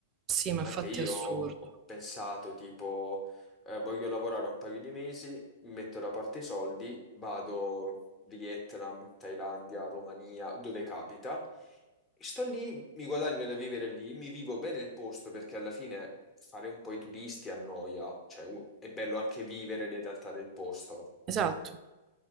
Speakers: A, on the right; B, on the left.
A: sì, ma infatti
B: Anche io
A: è assurdo.
B: ho, ho pensato tipo eh, voglio lavorare un paio di mesi, mi metto da parte i soldi, vado Vietnam, Thailandia, Romania, dove capita. E Sto lì, mi guadagno da vivere lì, mi vivo bene il posto perché alla fine fare un po' i turisti annoia, cioè u- è bello anche vivere le realtà del posto.
A: Esatto.